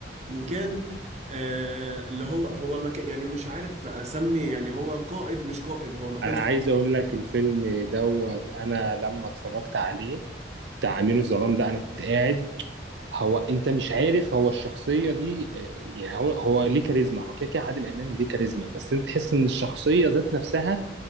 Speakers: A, on the right (about 40°); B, on the right (about 80°).
A: وكان آه اللي هو هو ما كان يعني مش عارف اسمي يعني هو قائد مش قائد هو ما كانش
B: انا عايز اقول لك الفيلم دوت انا لما اتفرجت عليه بتاع امير الظلام ده انا كنت قاعد هو انت مش عارف هو الشخصيه دي آه، يعني هو هو ليه كاريزما هو كده كده عادل امام ليه كاريزما بس انت تحس ان الشخصيه ذات نفسها